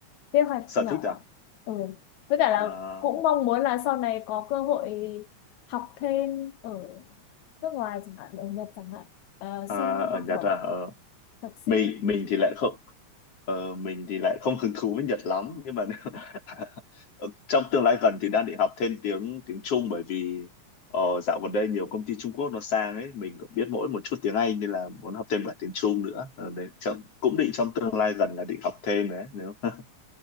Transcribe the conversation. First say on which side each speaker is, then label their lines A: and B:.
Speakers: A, on the left; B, on the left.
A: kế hoạch
B: Sở
A: nhỏ
B: thích à?
A: ừ. Với cả là
B: Ờ,
A: cũng mong muốn là sau này có cơ hội học thêm ở nước ngoài chẳng hạn ở Nhật chẳng hạn Ờ,
B: à,
A: xin
B: ở
A: học
B: Nhật
A: bổng
B: à? Ờ.
A: thạc sĩ
B: Mình mình thì lại không Ờ, mình thì lại không hứng thú với Nhật lắm nhưng mà <laughs> ờ, trong tương lai gần thì đang định học thêm tiếng tiếng Trung bởi vì ờ, dạo gần đây nhiều công ty Trung Quốc nó sang ấy mình cũng biết mỗi một chút tiếng Anh nên là muốn học thêm cả tiếng Trung nữa Ờ, đấy, trong, cũng định trong tương lai gần là định học thêm đấy nếu <laughs>